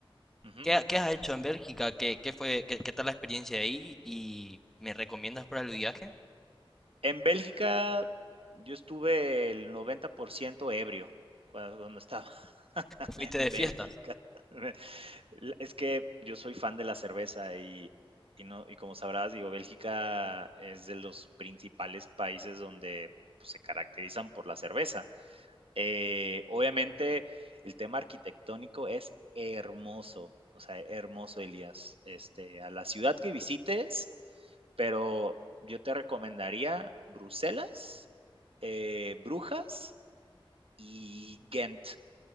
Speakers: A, on the right; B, in the centre.
A: ujú.
B: ¿Qué, ha- qué has hecho en Bélgica? ¿Qué, qué fue, qué, qué tal la experiencia ahí? ¿Y me recomiendas para el viaje?
A: En Bélgica yo estuve el 90% ebrio cuando cuando estaba <laughs>
B: ¿Fuiste
A: En
B: de fiesta?
A: Bélgica. <laughs> La es que yo soy fan de la cerveza y y no y como sabrás, digo, Bélgica es de los principales países donde, pues, se caracterizan por la cerveza. Eh, obviamente, el tema arquitectónico es hermoso, o sea, hermoso, Elías. Este, a la ciudad que visites, pero yo te recomendaría Bruselas, eh, Brujas y Ghent